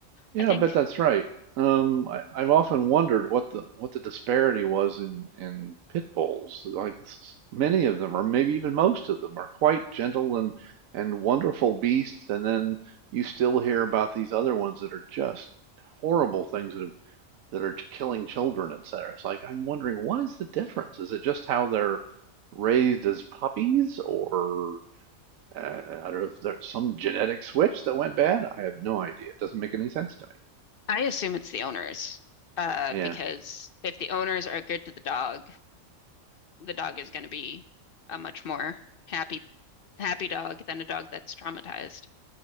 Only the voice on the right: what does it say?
Yeah,
I bet that's right. Um, I, I've often wondered what the what the disparity was in in pit bulls. Like s- s- many of them, or maybe even most of them, are quite gentle and and wonderful beasts, and then you still hear about these other ones that are just horrible things that have that are killing children, et cetera. It's like I'm wondering what is the difference? Is it just how they're raised as puppies, or uh, I don't know if there's some genetic switch that went bad? I have no idea. It doesn't make any sense to me.
Yeah.